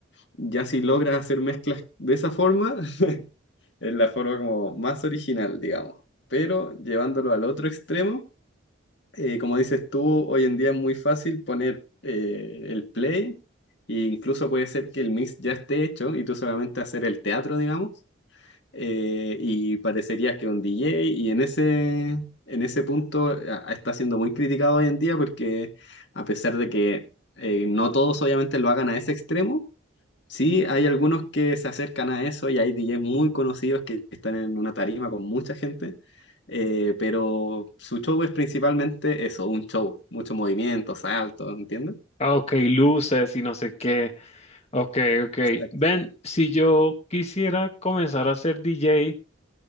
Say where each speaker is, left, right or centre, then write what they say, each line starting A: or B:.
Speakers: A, on the left; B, on the left.
A: ya si logras hacer mezclas de esa forma, <laughs> es la forma como más original, digamos. Pero llevándolo al otro extremo, eh, como dices tú, hoy en día es muy fácil poner eh, el play. E incluso puede ser que el mix ya esté hecho y tú solamente hacer el teatro, digamos eh, y parecería que un DJ, y en ese, en ese punto a- a- está siendo muy criticado hoy en día porque a pesar de que eh, no todos obviamente lo hagan a ese extremo, sí hay algunos que se acercan a eso y hay DJs muy conocidos que están en una tarima con mucha gente, eh, pero su show es principalmente eso, un show, mucho movimiento, saltos, ¿entiendes?
B: Ah, Ok, luces y no sé qué. Ok, ok.
A: Exacto.
B: Ven, si yo quisiera comenzar a ser DJ,